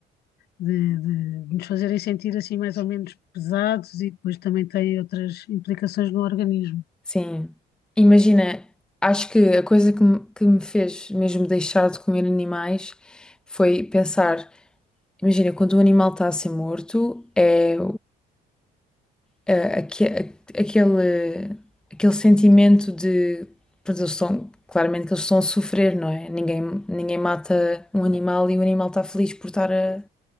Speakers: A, on the left; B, in the centre.
A: de, de- de nos fazerem sentir assim mais ou menos pesados e depois também têm outras implicações no organismo.
B: Sim. Imagina, acho que a coisa que me, que me fez mesmo deixar de comer animais foi pensar, imagina, quando o animal está a ser morto, é eh, aque- aquele, aquele sentimento de, pois eles estão, claramente que eles estão a sofrer, não é? Ninguém, ninguém mata um animal e o animal está feliz por estar a,